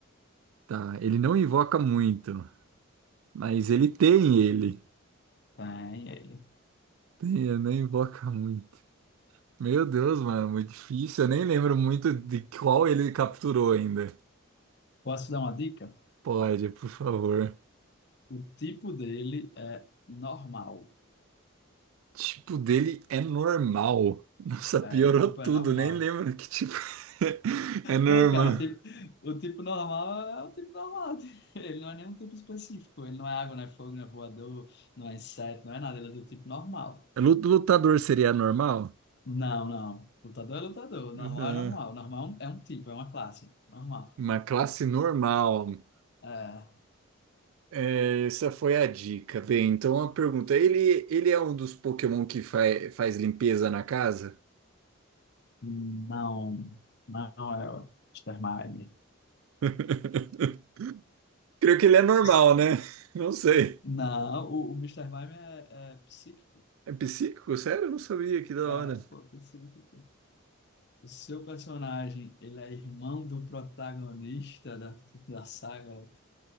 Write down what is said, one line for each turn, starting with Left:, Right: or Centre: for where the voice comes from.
Right: Tá, ele não invoca muito, mas ele tem ele.
Left: Tem ele.
Right: Tem, ele não invoca muito. Meu Deus, mano, muito difícil. Eu nem lembro muito de qual ele capturou ainda.
Left: Posso dar uma dica?
Right: Pode, por favor.
Left: O tipo dele é normal.
Right: Tipo dele é normal. <laughs> Nossa,
Left: É,
Right: piorou
Left: o tipo
Right: tudo.
Left: é normal.
Right: Nem lembro que tipo <laughs> é normal.
Left: Pô, cara, tipo- o tipo normal é o tipo normal. <laughs> Ele não é nenhum tipo específico. Ele não é água, não é fogo, não é voador, não é inseto, não é nada. Ele é do tipo normal.
Right: Lu- Lutador seria normal?
Left: Não, não. Lutador é lutador. Normal
Right: Uhum.
Left: é normal. Normal é um tipo, é uma classe. Normal.
Right: Uma classe normal.
Left: É.
Right: É, essa foi a dica. Bem, então a pergunta: ele, ele é um dos Pokémon que fa- faz limpeza na casa?
Left: Não, não é o Mister Mime.
Right: <laughs> Creio que ele é normal,
Left: <laughs>
Right: né? Não sei.
Left: Não, o, o Mr. Mime é, é psíquico.
Right: É psíquico? Sério? Eu não sabia, que da
Left: Ah,
Right: hora.
Left: pô, pensei que o seu personagem, ele é irmão do protagonista da, da saga.